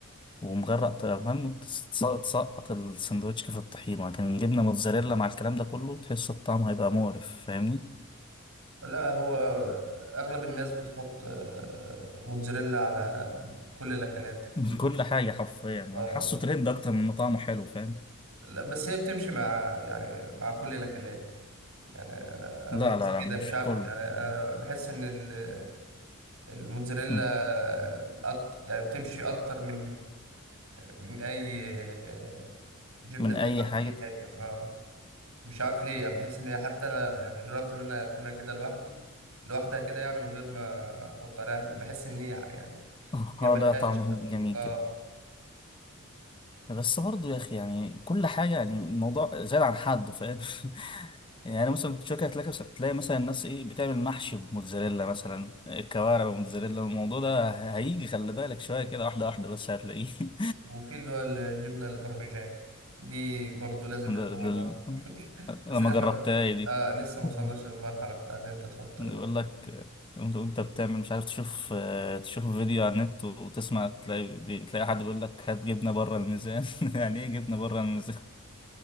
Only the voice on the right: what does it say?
لا هو اغلب الناس بتحط آه، موتزاريلا على كل الاكلات تقريبا
اه
لا بس هي بتمشي مع يعني مع كل الاكلات يعني انا أنا
بحس
كده
مش عارف
يعني انا بحس ان ال- الموتزاريلا
أكتر يعني بتمشي اكتر من من اي آه، جبنه
تانية
على
اي حاجه اه مش عارف ليه يعني بحس ان هي حتى انا يعني جربت ان انا اكلها كده لوحدي لوحدها كده يعني من غير ما احط عليها بحس ان هي يعني
هي ملهاش
اه
وفي اللي هو الجبنه البرمجان دي برضو لازم
اللحوم
معاها <laughs> بس
دي احنا
ما...
آه لسه ما
وصلناش للمرحله بتاع ان انت تحط